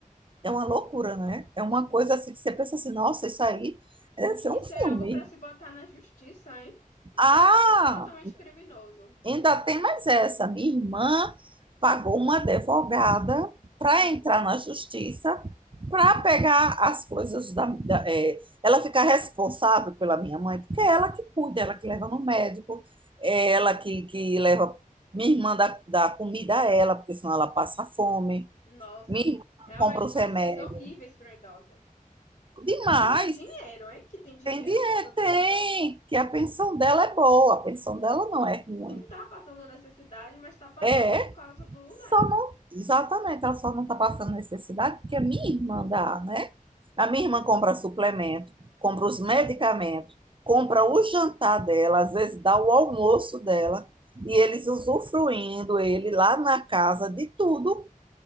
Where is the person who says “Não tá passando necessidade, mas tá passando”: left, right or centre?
Left